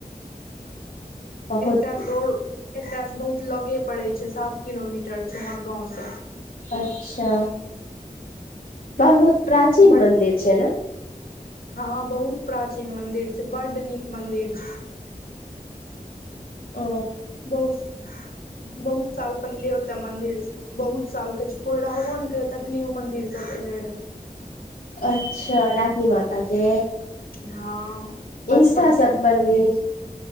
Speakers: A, on the left; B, on the left.
A: बहुत
B: एतय सँ ओर एतयसँ बहुत लगे पड़ै छै, सात किलोमीटर छै हमर गाँवसँ।
A: अच्छा। बहुत प्राचीन
B: बट
A: मन्दिर छै ने।
B: हँ बहुत प्राचीन मंदिर छै, बड्ड नीक मंदिर छै।
A: ओ
B: बहुस- बहुत साल पहिले ओते मंदिर बहुत साल के छै, कोई रहबो ने करै तखनी ओ मंदिर सब एले रहे।
A: अच्छा डाकनी माताके।
B: हँ। बड़
A: इन्स्टा
B: प्रसिद्ध
A: सब पर
B: मंदिर
A: भी।
B: छै